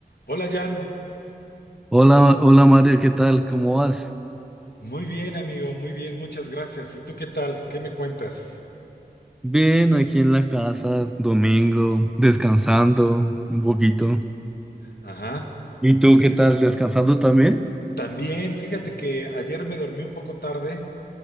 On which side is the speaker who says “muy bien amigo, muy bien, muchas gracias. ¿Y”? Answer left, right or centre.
Left